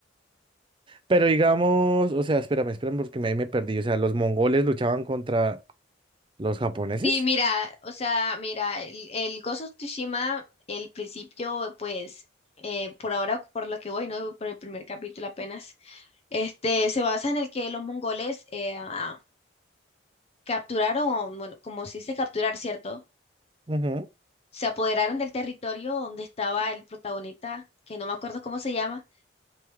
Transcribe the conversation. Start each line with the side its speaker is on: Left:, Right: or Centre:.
Right: Pero digamos, o sea, espérame, espérame porque me ahí me perdí. O sea, los mongoles luchaban contra los japoneses.
Left: Sí, mira, o sea, mira, el, el Ghost of Tsushima, el principio, pues, eh, por ahora, por lo que voy, ¿no? Por el primer capítulo apenas, este, se basa en el que los mongoles eh, ah, capturaron, o, bueno, como se dice capturar, ¿cierto?
Right: Ujú.
Left: se apoderaron del territorio donde estaba el protagonista, que no me acuerdo cómo se llama,